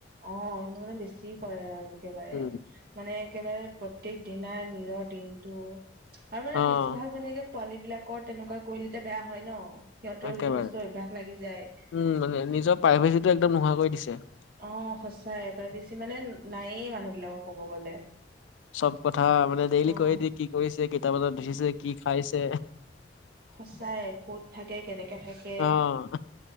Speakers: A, on the right (about 55°); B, on the left (about 85°).
A: অ, ই মানে বেছি কৰে আৰু একেবাৰে।
B: উম
A: মানে একেবাৰে প্ৰত্যেক দিনাৰ নিজৰ দিনটো আৰু মানে
B: অ'
A: বেছিভাগ এনেকে পোৱালী বিলাকৰ তেনেকুৱা কৰিলেতে বেয়া হয় ন'সিহঁতৰ
B: একেবাৰে
A: সেইটো বস্তু অভ্যাস লাগি যায়।
B: উম, মানে নিজৰ প্ৰাইভেচিটো একদম নোহোৱাকৈ দিছে।
A: অ, সঁচাই প্ৰাইভেচি মানে নায়েই মানুহ বিলাকক ক'ব গ'লে।
B: চব কথা মানে ডেইলি
A: অ
B: কৈয়ে দিয়ে কি কৰিছে কেইটা বজাত উঠিছে কি খাইছে
A: সচাই ক'ত থাকে কেনেকে থাকে
B: অ'